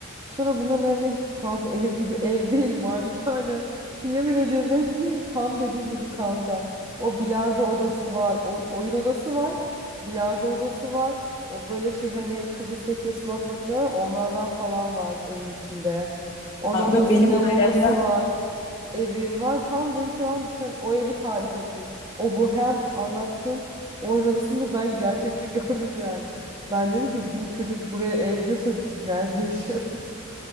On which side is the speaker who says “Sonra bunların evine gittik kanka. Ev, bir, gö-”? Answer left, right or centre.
Right